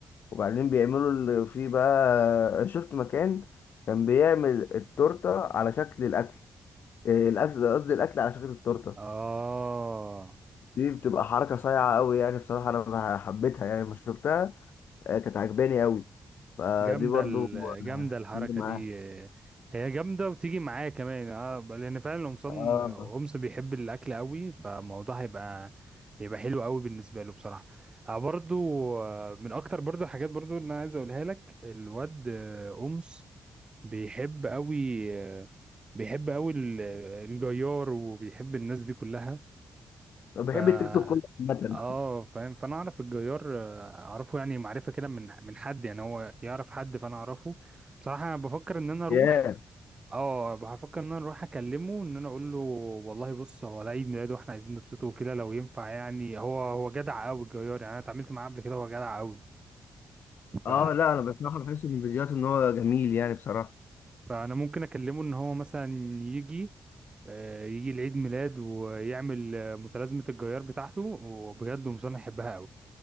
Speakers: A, on the left (about 70°); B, on the right (about 25°).
A: وبعدين بيعملوا اللي فيه بقى شفت مكان كان بيعمل التورتة على شكل الأكل إيه، الأكل قصدي الأكل على شكل التورتة
B: اه
A: دي بتبقى حركة صايعة أوي يعني بصراحة أنا حبيتها يعني لما شفتها آه، كانت عجباني أوي فدي
B: جامدة
A: برضه
B: ال- جامدة
A: آه،
B: الحركة
A: تيجي معاه
B: دي آه، هي جامدة وتيجي معايا كمان اه لأن فعلا قمصان
A: اه
B: قمص بيحب الأكل قوي فالموضوع هيبقى هيبقى حلو قوي بالنسبة له بصراحة آه برضو آه، من أكتر برضو الحاجات برضو اللي أنا عايز أقولها لك الواد آه، قمص بيحب قوي آه، بيحب قوي ال- الجيار وبيحب الناس دي كلها
A: أنا بحب
B: ف
A: التيك توك كله عامة
B: اه فاهم فانا اعرف الجيار آه، اعرفه يعني معرفه كده من من حد يعني هو يعرف حد فانا اعرفه بصراحه انا بفكر ان انا اروح
A: ياه
B: اه بفكر ان انا اروح اكلمه ان انا اقول له والله بص هو ده عيد ميلاده واحنا عايزين نبسطه وكده لو ينفع يعني هو هو جدع قوي الجيار يعني انا اتعاملت معاه قبل كده هو جدع قوي ف
A: اه لا انا بصراحه بحس من الفيديوهات ان هو جميل يعني بصراحه
B: فانا ممكن اكلمه ان هو مثلا يجي آه، يجي لعيد ميلاد ويعمل آه، متلازمه الجيار بتاعته وبجد ومصنع يحبها